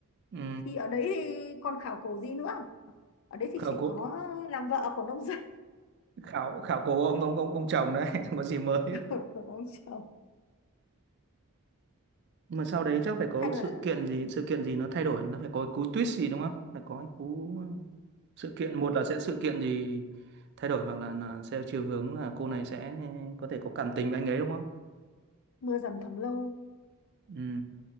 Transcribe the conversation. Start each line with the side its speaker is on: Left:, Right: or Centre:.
Right: ừ
Left: thì ở đấy thì còn khảo cổ gì nữa ở đấy thì
Right: khảo
Left: chỉ
Right: cổ
Left: có làm vợ của nông dân
Right: khảo khảo cổ ông ông ông ông chồng đấy <laughs> chẳng có gì mới
Left: <laughs> của của ông chồng
Right: Nhưng mà sau đấy chắc phải có
Left: hay là
Right: sự kiện gì sự kiện gì nó thay đổi nó phải có cú twist gì đúng không phải có cái cú sự kiện một là sẽ sự kiện gì thay đổi hoặc là, là theo chiều hướng là cô này sẽ có thể có cảm tình với anh ấy đúng không
Left: mưa dầm thấm lâu
Right: ừ